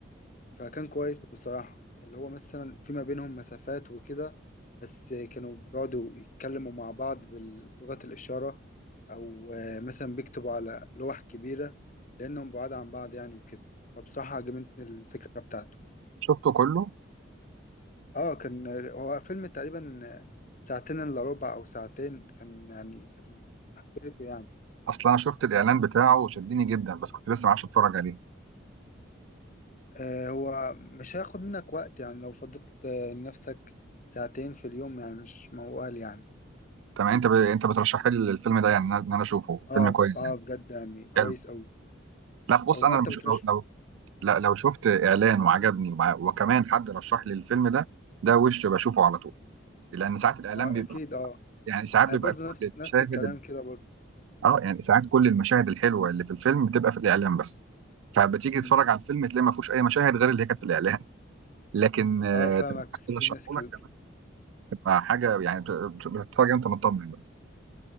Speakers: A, on the left (about 40°); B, on the right (about 85°).
A: فكان كويس بصراحة اللي هو مثلا فيما بينهم مسافات وكده بس كانوا بيقعدوا يتكلموا مع بعض بلغة الإشارة أو آه، مثلا بيكتبوا على لوح كبيرة لأنهم بعاد عن بعض يعني وكده فبصراحة عجبتني الفكرة بتاعته
B: شفته كله
A: اه كان آه، هو فيلم تقريبا آه، ساعتين إلا ربع أو ساعتين كان يعني كان حبيته يعني
B: اصلا انا شفت الاعلان بتاعه وشدني جدا بس كنت لسه ما عرفش اتفرج عليه
A: آه هو مش هياخد منك وقت يعني لو فضلت آه، لنفسك ساعتين في اليوم يعني مش موال يعني
B: تمام انت ب... انت بترشح لي الفيلم ده يعني ان انا إن أنا اشوفه
A: اه
B: فيلم كويس
A: اه
B: يعني
A: بجد يعني كويس
B: حلو
A: أوي
B: لا بص
A: او
B: انا
A: ما انت
B: مش...
A: بترش
B: لو... لو لا لو شفت اعلان وعجبني وع- وكمان حد رشح لي الفيلم ده ده وش بشوفه على طول لان ساعات الاعلان
A: آه
B: بيبقى
A: اكيد اه
B: يعني ساعات بيبقى
A: انا برضو
B: كل
A: نفس
B: المشاهد
A: نفس الكلام
B: ال-
A: كده برضو
B: اه يعني ساعات كل المشاهد الحلوه اللي في الفيلم بتبقى في الاعلان بس فبتيجي
A: امم
B: تتفرج على الفيلم تلاقي ما فيهوش اي مشاهد غير اللي هي كانت في الاعلان <laughs> لكن آه،
A: اه فاهمك
B: لو حد
A: في
B: رشحه
A: ناس كده
B: لك كمان تبقى حاجه يعني بت- بت- بتتفرج انت مطمن بقى